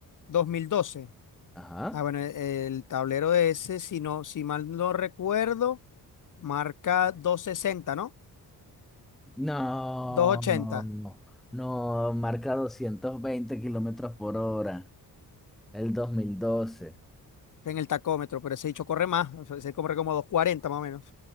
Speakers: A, on the left (about 55°); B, in the centre.
A: dos mil doce
B: Ajá.
A: Ah, bueno, e- el tablero ese, si no, si mal no recuerdo, marca 260, ¿no?
B: No,
A: doscientos
B: no,
A: ochenta
B: no, no, marca 220 kilómetros por hora. El 2012.
A: en el tacómetro, pero ese dicho corre más, o sea, ese corre como doscientos cuarenta más o menos.